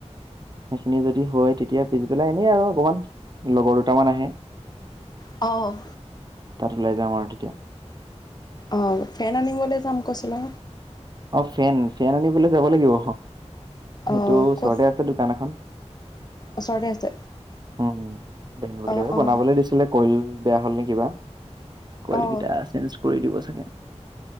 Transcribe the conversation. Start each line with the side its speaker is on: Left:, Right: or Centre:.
Right: সেইখিনি যদি হয় তেতিয়া পিছবেলা এনেই আৰু অকমান লগৰ দুটামান আহে,
Left: অ'।
Right: তাত লৈ যাম আৰু তেতিয়া।
Left: অ' ফেন আনিবলৈ যাম কৈছিলা।
Right: অ' ফেন, ফেন আনিবলৈ যাব লাগিব। সেইটো
Left: অঁ
Right: ওচৰতে
Left: ক'ত
Right: আছে দোকান এখন।
Left: ওচৰতে আছে
Right: অ'।
Left: অঁ
Right: বনাবলৈ
Left: অঁ
Right: দিছিলে কইল বে হ'ল নে কিবা, কইল
Left: অ',
Right: কিতা চাঞ্চ কৰি দিব চাগে।